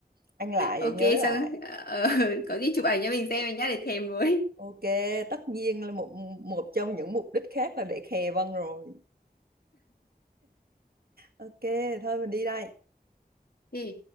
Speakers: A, on the right; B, on the left.
A: ăn lại
B: ok
A: rồi nhớ lại
B: xong ờ, <laughs> có gì chụp ảnh cho mình xem nhá để thèm với
A: Ok, tất nhiên là một một trong những mục đích khác là để khè Vân rồi. Ok, thôi mình đi đây.
B: Ừ.